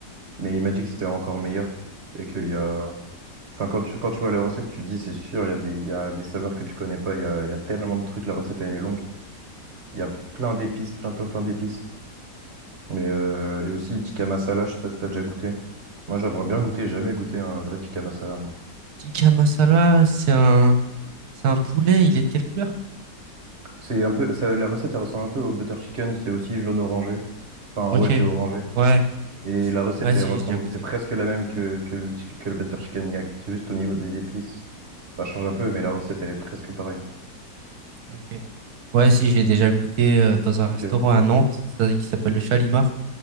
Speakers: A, on the right; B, on the right.
A: mais il m'a dit que c'était encore meilleur. Et qu'il y a, enfin, quand tu, quand tu vois la recette, tu te dis, c'est sûr, il y a des, il y a des saveurs que tu connais pas, il y a, il y a tellement de trucs, la recette, elle est longue. Il y a plein d'épices, plein, plein, plein d'épices. Mais, euh, et aussi, tikka masala, je sais pas si t'as déjà goûté. Moi, j'aimerais bien goûter, jamais goûté un vrai tikka masala, moi.
B: Tikka masala, c'est un, c'est un poulet, il est de quelle couleur?
A: C'est un peu, ça, la recette, elle ressemble un peu au butter chicken, c'est aussi jaune orangé. Enfin,
B: Ok.
A: ouais, c'est orangé.
B: Ouais,
A: Et la recette,
B: ouais,
A: elle
B: si,
A: ressemble,
B: j'ai déjà goûté.
A: c'est presque la même que, que le, tik- que le butter chicken yak. C'est juste au niveau des épices. Ça change un peu, mais la recette, elle est presque pareille.
B: Ok. Ouais, si, j'ai déjà goûté euh, dans un
A: Ok,
B: restaurant à Nantes ça- qui s'appelle le Chalimar.